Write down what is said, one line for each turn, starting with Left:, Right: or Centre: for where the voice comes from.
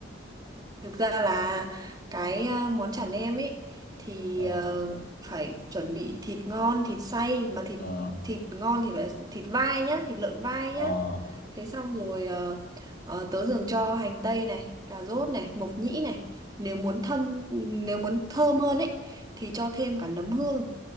Right: Thực ra là cái à, món chả nem ấy thì
Left: Ờ,
Right: ờ, phải chuẩn bị thịt ngon, thịt xay mà thịt
Left: ờ,
Right: thịt ngon thì phải thịt vai nhá, thịt lợn vai nhá.
Left: ờ.
Right: Thế xong rồi ờ, ờ, tớ thường cho hành tây này, cà rốt này, mộc nhĩ này. Nếu muốn thơm nếu muốn thơm hơn ấy thì cho thêm cả nấm hương.